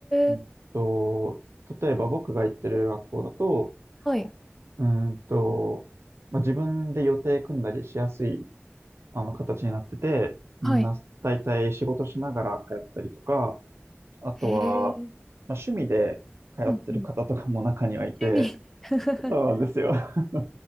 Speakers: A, on the right; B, in the centre.
A: うんと、
B: え。
A: 例えば僕が行ってる学校だと、
B: はい。
A: うーんと、まあ、自分で予定組んだりしやすい、あの、形になってて、みんな大体仕事しながら通ったりとか、
B: はい。
A: あとは、
B: へえ。
A: まあ、趣味で通ってる方とかも中にはいて、
B: うんうん。趣味。<laughs>
A: そうなんですよ。<laughs>